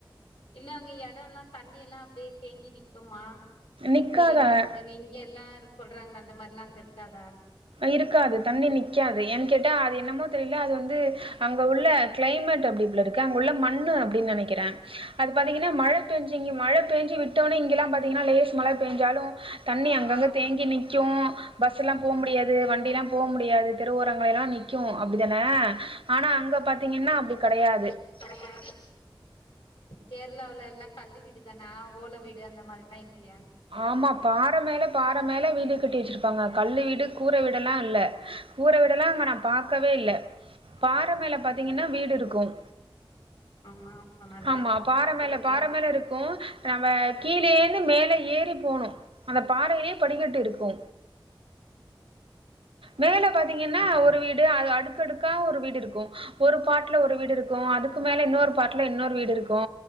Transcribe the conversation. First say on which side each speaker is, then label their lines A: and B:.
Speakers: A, on the left; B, on the right.
A: இல்ல அங்க எடல்லா தண்ணி எல்லா அப்டியே தேங்கி நிக்குமா
B: நிக்காத
A: புயல் வர்து இங்கெல்லா சொல்றாங்கள அந்த மாரிலா அங்க இருக்காதா
B: இருக்காது தண்ணி நிக்காது ஏன் கேட்டா அது என்னமோ தெரியல அது வந்து அங்க உள்ள க்ளைமேட் அப்டி போலருக்கு அங்க உள்ள மண்ணு அப்டின்னு நெனைக்கிற அது பாத்தீங்னா மழ பேஞ்ச இங்க மழ பேஞ்சு விட்டோனே இங்கெல்லா பாத்தீங்னா லேஸ் மழ பேஞ்சாலு தண்ணி
A: ஆ
B: அங்கங்க தேங்கி நிக்கு பஸ்சுல்லா போ முடியாது து வண்டில்லா போ முடியாது தெருவோரங்களெலா நிக் கு அப்டிதான ஆனா அங்க பாத்தீங்னா அப்டி கெடையாது
A: <inaudible> கேரளாவுல எல்லா கல்லு வீடு தானா ஓல வீடு அந்த மாரில்லா இல்லயா
B: ஆமா பாற மேல பாற மேல வீடு கட்டி வச்ருப்பாங்க கல்லு வீடு கூர வீடல்லா இல்ல கூர வீடல்லா அங்க நா பாக்கவே இல்ல பாற மேல பாத்தீங்கன்னா
A: ம்
B: வீடு இருக்கும்
A: ஆமா அப்ப நல்லா
B: ஆம்மா
A: இருக்கு
B: பாற
A: பாக்குறதுக்கே
B: மேல பாற மேல இருக்கு நம்ம கீழேயிருந்து மேல ஏறி போணு அந்த பாறையிலே படிகட்டுருக்கு மேல பாத்தீங்கன்னா
A: அப்
B: ஒரு வீடு அது அடுக்கடுக்கா ஒரு வீடுருக்கு ஒரு பாட்ல ஒரு வீடுருக்கு அதுக்கு மேல இன்னொரு பாட்ல இன்னொரு வீடுருக்கு